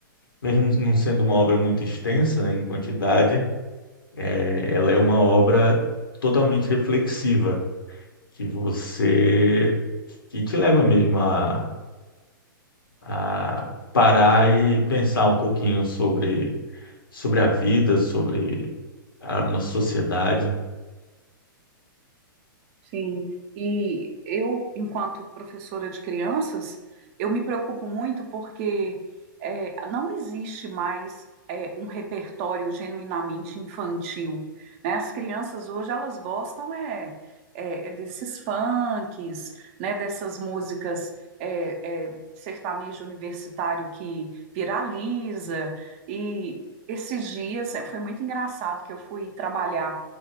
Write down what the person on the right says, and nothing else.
Sim, e eu, enquanto professora de crianças, eu me preocupo muito porque é não existe mais é um repertório genuinamente infantil, né? As crianças hoje, elas gostam é, é, é desses funks, né? Dessas músicas é é sertanejo universitário que viraliza, e esses dias eh, foi muito engraçado que eu fui trabalhar